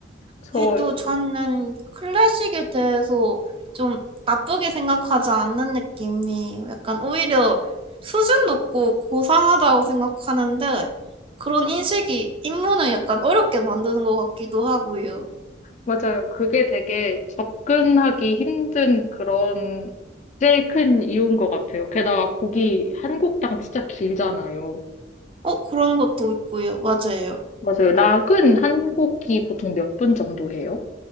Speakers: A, on the left (about 40°); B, on the right (about 30°).
A: 저
B: 그래도 저는 클래식에 대해서 좀 나쁘게 생각하지 않는 느낌이에요. 약간 오히려 수준 높고 고상하다고 생각하는데 그런 인식이 입문을 약간 어렵게 만드는 것 같기도 하고요.
A: 맞아요. 그게 되게 접근하기 힘든 그런 제일 큰 이유인 것 같아요. 게다가 곡이 한 곡당 진짜 길잖아요.
B: 어, 그런 것도 있고요. 맞아요.
A: 맞아요. 락은 한 곡이 보통 몇 분 정도 해요?